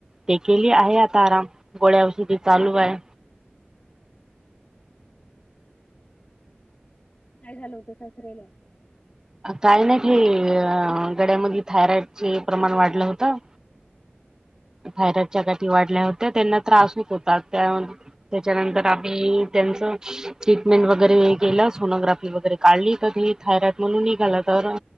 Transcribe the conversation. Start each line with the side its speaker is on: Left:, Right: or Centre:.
Right: ते केली आहे आता आराम, गोळ्या औषधी चालू आय.
Left: हम्म. काय झालं होतं सासऱ्याला?
Right: काही नाही ते गड्यामध्ये थायरॉइड चे प्रमाण वाढलं होतं थायरॉईडच्या गाठी वाढल्या होत्या त्यांना त्रास होत होता त्या त्याच्यानंतर आम्ही त्यांच ट्रीटमेंट वगैरे केलं, सोनोग्राफी वगैरे काढली का ती थायरॉइड म्हणून निघालं तर